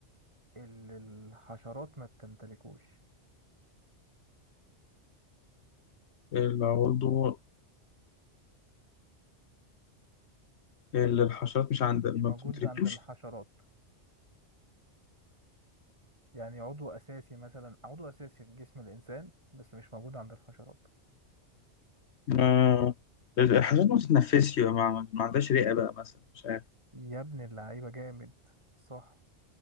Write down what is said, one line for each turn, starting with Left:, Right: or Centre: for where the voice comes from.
Right: اللي الحشرات ما بتمتلكوش
Left: العضو اللي الحشرات مش عندها ما
Right: مش موجود
Left: بتمتلكلوش
Right: عند الحشرات يعني عضو اساسي مثلا عضو اساسي في جسم الانسان بس مش موجود عند الحشرات
Left: ما الحشرات ما بتتنفسش بقى، ما, ما عندهاش رئة بقى مثلا مش عارف
Right: يا ابن اللعيبة جامد صح